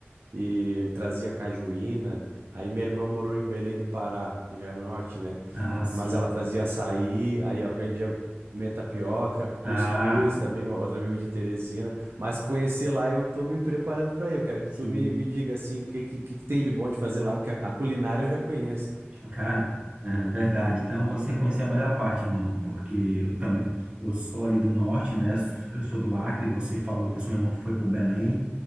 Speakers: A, on the right; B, on the right.
A: e ele trazia cajuína. Aí minha irmã morou em Belém do Pará, que já é no norte, né?
B: Ah, sim.
A: Mas ela trazia açaí, aí eu aprendi a comer tapioca,
B: Ah,
A: cuscuz também, um outro amigo de Teresina. Mas conhecer lá eu tô me preparando para ir. Eu quero que
B: sim.
A: tu me, me diga assim, o que, que, que que tem de bom de fazer lá, porque a, a culinária eu já conheço.
B: Cara, é verdade. Então você conheceu a melhor parte, irmão, porque eu também eu sou ali do norte, né? Eu sou do Acre. Você falou que a sua irmã foi pro Belém